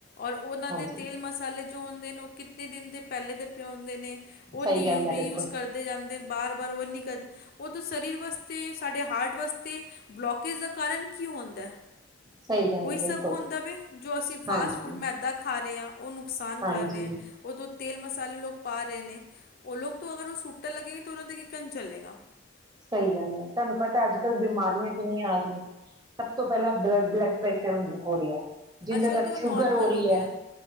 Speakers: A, on the left; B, on the right.
A: ਔਰ ਔਨਾਂ
B: ਹਾਂਜੀ
A: ਦੇ ਤੇਲ ਮਸਾਲੇ ਜੋ ਹੁੰਦੇ ਨੇ ਔ ਕਿਤਨੇ ਦਿਨ ਦੇ ਪੈਲੇ ਦੇ ਪੇ ਹੁੰਦੇ ਨੇ। ਔਨ
B: ਸਹੀ
A: ਯੂ
B: ਗੱਲ ਹੈ
A: ਰੀ
B: ਬਿਲਕੁਲ
A: ਯੂਜ ਕਰਦੇ ਜਾਂਦੇ ਨ। ਬਾਰ ਬਰ ਔ ਨੀ ਕਦ, ਔ ਤੋਂ ਸਰੀਰ ਵਾਸਤੇ, ਸਾਡੇ ਹਾਰਟ ਵਾਸਤੇ ਬਲੋਕੇਜ਼ ਦਾ ਕਾਰਨ ਕੀ ਹੋਂਦੈ?
B: ਸਹੀ ਗੱਲ
A: ਔਈ
B: ਹੈ ਬਿਲਕੁਲ
A: ਸਭ ਹੁੰਦਾ ਵੇ ਜੋ ਅਸੀ ਫਾਸਟ
B: ਹਾਂਜੀ
A: ਫੂਡ, ਮੈਦਾ ਖਾ ਰਏ ਆਂ। ਔ ਨੁਕਸਾਨ
B: ਹਾਂਜੀ
A: ਕਰ ਰਿਐਂ ਔਦੋਂ ਤੇਲ ਮਸਾਲੇ ਲੋਕ ਪਾ ਰੇ ਨੇ। ਔ ਲੋਕ ਤੋ ਅਗਰ ਔ ਸੁੱਟਣ ਲੱਗੇਗੇ ਤਾ ਔਨਾਂ ਦਾ ਕੱਕਨ ਚੱਲੇਗਾ।
B: ਸਈ ਗੱਲ ਐ। ਤੁਆਨੂੰ ਪਤੈ ਅੱਜ-ਕੱਲ ਬਿਮਾਰੀਆਂ ਕਿੰਨੀਆਂ ਆ ਰਹੀਐ। ਸਭ ਤੋਂ ਪਹਿਲਾਂ ਬਲ ਬਲੱਡ ਪ੍ਰੈਸ਼ਰ ਹੋ ਰਿਹੈ। ਜਿੰਦੇ
A: ਅੱਜ ਕੱਲ੍ਹ
B: ਕਰਕੇ
A: ਤਾਂ ਉਹ ਨੋਰਮਲ
B: ਸ਼ੁੱਗਰ ਹੋ ਰੀ
A: ਗਿਆ।
B: ਐ,